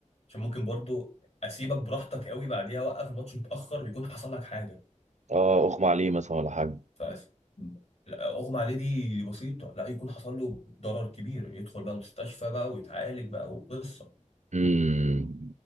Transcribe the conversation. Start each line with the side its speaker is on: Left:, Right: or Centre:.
Left: عشان ممكن برضو اسيبك براحتك قوي بعديها اوقف الماتش متاخر يكون حصل لك حاجه
Right: اه اغمى عليه مثلا ولا حاجه
Left: ف لا، اغمى عليه دي دي بسيطه لا يكون حصل له ضرر كبير يدخل بقى مستشفى بقى ويتعالج بقى وقصه
Right: امم